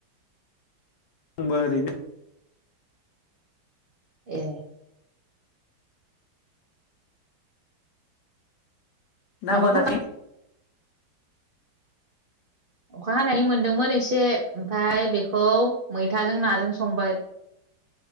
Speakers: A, on the left; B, on the right.
A: आंबो ओरैनो।
B: ए।
A: ना
B: माबाफोर
A: मोनाखै?
B: अखा हानायनि मोनदोंमोन एसे ओमफ्राय बेखौ मैथाजों नाजों संबाय।